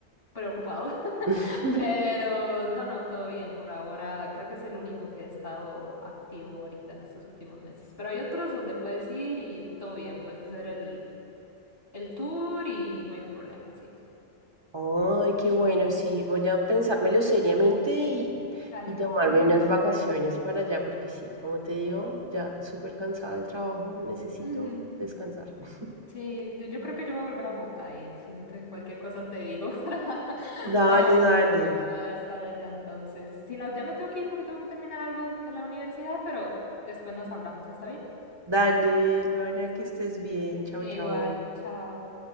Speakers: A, on the left (about 60°); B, on the right (about 25°).
A: preocupado. <laughs>
B: <laughs>
A: Pero no, no, todo bien por ahora. Creo que es el único que ha estado activo ahorita en estos últimos meses. Pero hay otros donde puedes ir y todo bien. Puedes hacer el, el tour y no hay problema, sí.
B: Ay, qué bueno, sí, voy a pensármelo seriamente y,
A: Dale.
B: y tomarme
A: <laughs>
B: unas vacaciones para allá, porque sí, como te digo, ya súper cansada del trabajo, necesito
A: Mm.
B: descansar. <laughs>
A: Sí, yo, yo creo que yo voy a volver a Bogotá y si no te cualquier cosa te digo <laughs> para,
B: Dale,
A: am,
B: dale,
A: para estar allá entonces. Si no, ya me tengo que ir porque tengo que terminar algo de la universidad, pero después nos hablamos, ¿está bien?
B: dale, Luana, que estés bien, chao,
A: Igual,
B: chao.
A: chao.